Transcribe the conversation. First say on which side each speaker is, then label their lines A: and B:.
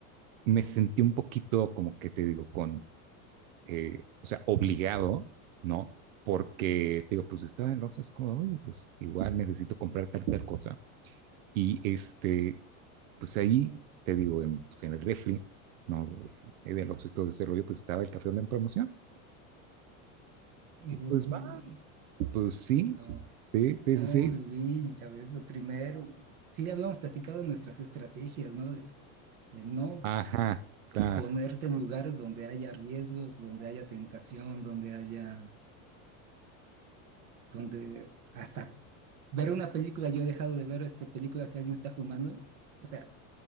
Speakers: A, on the right (about 85°); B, on the right (about 50°).
A: me sentí un poquito como que te digo, con eh, o sea, obligado, ¿no? Porque, te digo, pues estaba en el Oxxo así como, oye, pues igual necesito comprar tal y tal cosa. Y este, pues ahí, te digo, en, pues, en el refri, ¿no? De, de, del Oxxo y todo ese rollo, pues estaba el café Olé en promoción.
B: Uy,
A: Y pues va, pues sí,
B: no,
A: sí, sí,
B: no,
A: sí, sí.
B: Luis, ya ves, lo primero. Sí, habíamos platicado nuestras estrategias, ¿no? De, de no
A: Ajá, claro,
B: ponerte en lugares donde haya riesgos, donde haya tentación, donde haya, donde hasta ver una película, yo he dejado de ver esta película si alguien está fumando, o sea,